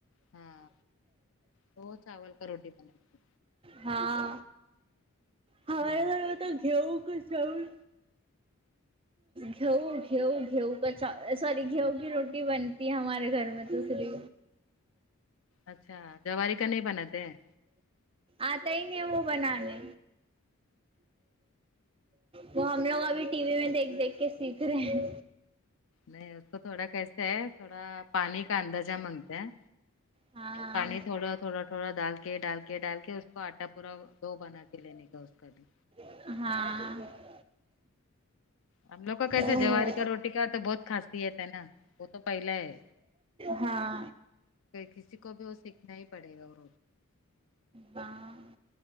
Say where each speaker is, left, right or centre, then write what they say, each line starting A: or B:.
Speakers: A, on the left; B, on the right.
A: ہاں تو چاول کا روٹی بناتی
B: ہاں ہمارے
A: ہاں
B: گھر تو گیہوں کے چاول گھیو گھیو گھیو سوری گھیہو کی روٹی بنتی ہے ہمارے گھر میں تو دوسری
A: اچھا جواری کا نہیں بناتے ہیں
B: اتا ہی نہیں وہ بنانے وہ ہم لوگ ابھی ٹی وی میں دیکھ دیکھ کے سیکھ رہے ہیں
A: نہیں اس کو تھوڑا کیسے ہے تھوڑا پانی کا اندازہ مانگتا ہیں
B: ہاں
A: پانی تھوڑا تھوڑا تھوڑا ڈال کے ڈال کے ڈال کے اس کو اٹا پورا دو بنا کے لینے کا اس کا بھی
B: ہاں
A: ہم لوگ کا کیسے
B: او
A: جواری
B: ہو
A: کا روٹی کا تو بہت خاصیت ہے نا وہ تو پہلا ہے
B: ہاں
A: کسی کو بھی وہ سیکھنا ہی پڑے گا اور
B: ہاں